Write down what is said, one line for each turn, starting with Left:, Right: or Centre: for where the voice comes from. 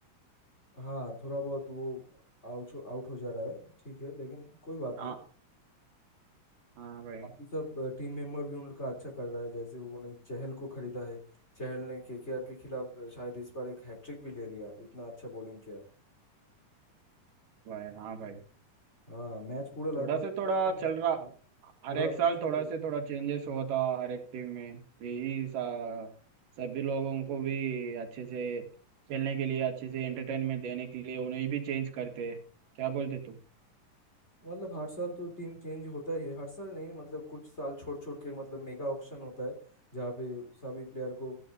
Left: हाँ थोड़ा बहुत वो आउट आउट हो जा रहा है ठीक है लेकिन कोई बात
Right: हाँ
Left: नहीं
Right: हाँ भाई
Left: बाकी सब टीम मेंबर भी उनका अच्छा कर रहा है जैसे उन्होंने चहल को खरीदा है चहल ने केकेआर के खिलाफ अ, शायद इस बार एक हैट्रिक भी ले लिया इतना अच्छा बॉलिंग किया
Right: भाई हाँ भाई
Left: हाँ मैच पूरा लगभग
Right: थोड़ा से
Left: केकेआर
Right: थोड़ा
Left: में
Right: चल
Left: हाथ
Right: रहा
Left: में था
Right: हर
Left: पूरा
Right: एक साल
Left: मैच
Right: थोड़ा
Left: को
Right: से थोड़ा चेंजेस होता हर एक टीम में यही सा सभी लोगों को भी अच्छे से खेलने के लिए अच्छे से एंटरटेनमेंट देने के लिए उन्हें भी चेंज करते क्या बोलते तुम
Left: मतलब हर साल तो टीम चेंज होता ही है हर साल नहीं मतलब कुछ साल छोड़ छोड़ के मतलब मेगा ऑक्शन होता है जहाँ पे सभी प्लेयर को